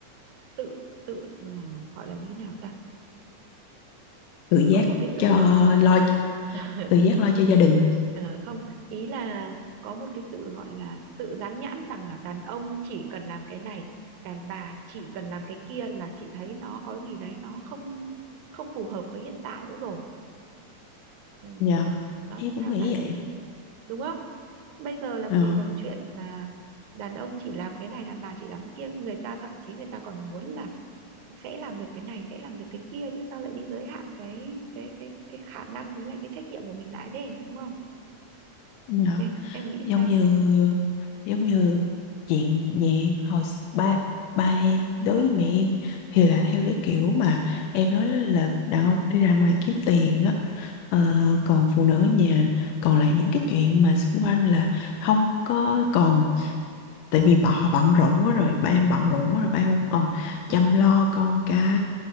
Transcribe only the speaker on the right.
tự tự ờ, gọi là như thế nào ta
có một cái sự
ờ,
<laughs>
Ờ, không ý là có một cái sự gọi là tự dán nhãn rằng là đàn ông chỉ cần làm cái này đàn bà chỉ cần làm cái kia là chị thấy nó có gì đấy nó không không phù hợp với hiện tại nữa rồi ừ,
nó
sao
ta
đúng không bây giờ làm
gì còn chuyện là đàn ông chỉ làm cái này đàn bà chỉ làm cái kia người ta thậm chí người ta còn muốn là sẽ làm được cái này sẽ làm được cái kia chứ sao lại đi giới hạn cái cái cái cái khả năng với lại cái trách nhiệm của mình lại thế đúng không
em, em nghĩ
sao
ừ
ừ